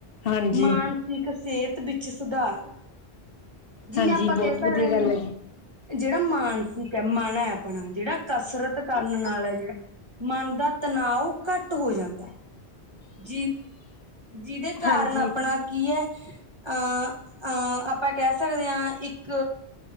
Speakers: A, on the left (about 65°); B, on the right (about 25°).
A: ਹਾਂਜੀ
B: ਮਾਨਸਿਕ ਸਿਹਤ ਵੀ ਸੁਧਾਰ ਜਿਵੇਂ
A: ਹਾਂਜੀ
B: ਆਪਾਂ ਕਹਿ
A: ਬਹੁਤ
B: ਸਕਦੇ
A: ਵਧੀਆ
B: ਆਂ
A: ਗੱਲ
B: ਜੀ
A: ਹੈ
B: ਜਿਹੜਾ ਮਾਨਸਿਕ ਐ ਮਨ ਐ ਆਪਣਾ ਜਿਹੜਾ ਕਸਰਤ
A: ਜੀ
B: ਕਰਨ ਨਾਲ ਐ ਜਿਹੜਾ ਮਨ ਦਾ ਤਣਾਓ ਘੱਟ ਹੋ ਜਾਂਦਾ ਜੀ ਜਿਹਦੇ ਕਾਰਨ
A: ਹਾਂਜੀ
B: ਆਪਣਾ ਕੀ ਐ ਅਹ ਆ ਆਪਾਂ ਕਹਿ ਕਹਿ ਸਕਦੇ ਹਾਂ ਇੱਕ